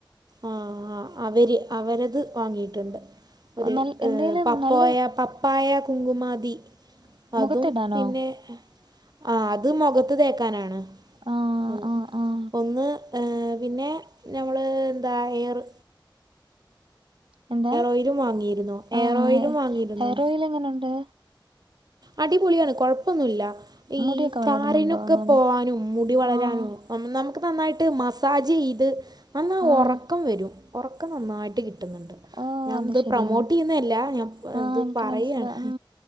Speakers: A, on the right; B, on the right.
A: ആഹ് അവര് അവരത് വാങ്ങീട്ട്ണ്ട് ഒരു
B: നൽ എന്തേലും
A: ഏഹ് പപ്പോയ.
B: നല്ല
A: പപ്പായ കുങ്കുമാതി
B: മുഖത്തിടാനോ
A: അതും പിന്നെ. ആഹ് അത് മൊഖത്ത് തേക്കാനാണ്.
B: ആഹ്.
A: അത്
B: ആഹ് ആഹ്
A: ഒന്ന് ഏഹ് പിന്നേ ഞമ്മള് എന്താ എയറ്.
B: എന്ത
A: ഓയിലും വാങ്ങിയിരുന്നു
B: ആഹ്
A: എയർ ഓയിലും വാങ്ങിയിരുന്നു
B: ഹെയറോയില് എങ്ങനുണ്ട്.
A: അടിപൊളിയാണ് കൊഴപ്പൊന്നുല്ല ഈ
B: മുടിയൊക്കെ വളരുന്നുണ്ടോ
A: താരനൊക്ക
B: ഒന്നാമെ
A: പോവാനും മുടി വളരാനും.
B: ആഹ്
A: നമുക്ക് നന്നായിട്ട് മസാജീത് നന്ന
B: ആഹ്
A: ഒറക്കം വരും. ഒറക്കം നന്നായിട്ട് കിട്ട്ന്ന്ണ്ട്.
B: ഓഹ്
A: ഞാ
B: അത്
A: ഇത്
B: ശെരി
A: പ്രമോട്ടിയ്യ്ന്നല്ല ഞാൻ
B: ആഹ്
A: ഇത്
B: എനിക്ക്
A: പറയാണ്.
B: മനസ്സിലാ ഉം